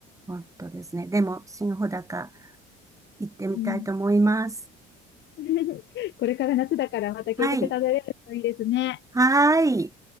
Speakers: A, on the right (about 15°); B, on the left (about 65°).
A: 本当ですね。でも、新穂高行ってみたいと思います。
B: うん、<laughs> これから夏だからまた計画立てれるといいですね。
A: はい。はーい。